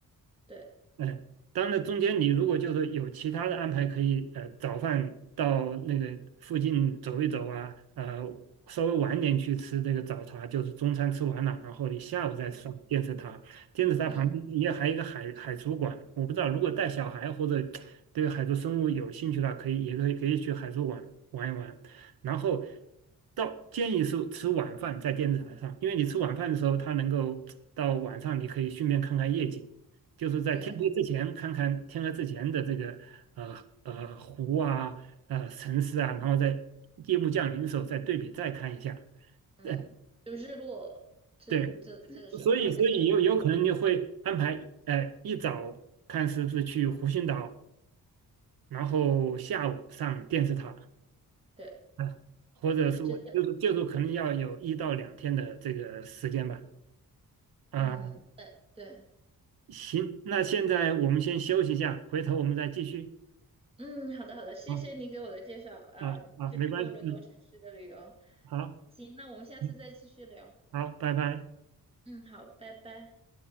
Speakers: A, on the right; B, on the right.
A: 对，
B: 哎，当然中间你如果就是有其他的安排，可以呃早饭到那个附近走一走啊，呃稍微晚点去吃这个早茶，就是中餐吃完了，然后你下午再上电视塔，
A: 嗯
B: 电视塔旁边也还有一个海海族馆，
A: 嗯
B: 我不知道如果带小孩或者对海族生物有兴趣的话，可以也可以可以去海族馆玩一玩，然后到建议是吃晚饭在电视台上，因为你吃晚饭的时候，它能够到晚上你可以顺便看看夜景。就是在天黑之前看看天黑之前的这个呃呃湖啊呃城市啊，
A: 对，
B: 然后在夜幕降临的时候再对比再看一下。
A: 嗯，
B: 对
A: 就日落这这这个时候嘛，
B: 对，所以所以有有可能就会安排呃一早看是不是去湖心岛，
A: 看那个，
B: 然后下午上电视塔
A: 对
B: 啊，或者说就是就是可能要有一到两天的这个时间吧。
A: 对，这这，
B: 啊，
A: 嗯对对，
B: 行，那现在我们先休息一下，回头我们再继续。
A: 嗯，好的好的，谢谢你给我的介绍啊，
B: 啊啊啊，
A: 这个多伦多城市的旅游，
B: 没关系，嗯，好。
A: 行，那我们下次再继续聊，
B: 嗯。好，拜拜。
A: 嗯，好，拜拜。